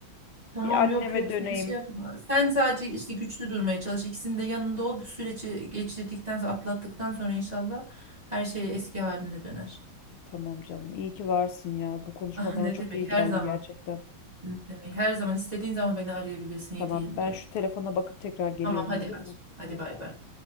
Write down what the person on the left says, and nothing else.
Bir anneme
döneyim.
Tamam canım. İyi ki varsın ya. Bu
konuşma
bana çok
iyi
geldi
gerçekten.
Tamam. Ben şu telefona bakıp tekrar geliyorum
olur
mu?
Hadi
bay.
bay.